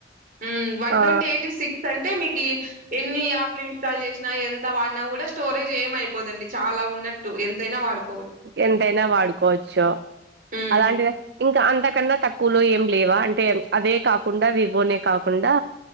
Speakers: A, on the right (about 50°); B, on the right (about 65°).
A: ఉహ్మ్ వన్
B: ఆ
A: ట్వంటీ ఎయిట్ సిక్స్ అంటే మీకి ఎన్ని యాప్ ఇన్స్టాల్ చేసినా ఎంత వాడినా కూడా స్టోరేజ్ ఏమైపోదండి చాలా ఉన్నట్టు ఎంతైనా వాడు
B: ఎంతైనా వాడుకోవచ్చు
A: హ్మ్.
B: అలాంటిది ఇంకా అంతకన్నా తక్ కులో ఏం లేవా అంటే ప్చ్ అదే కాకుండా విభో నే కాకుండా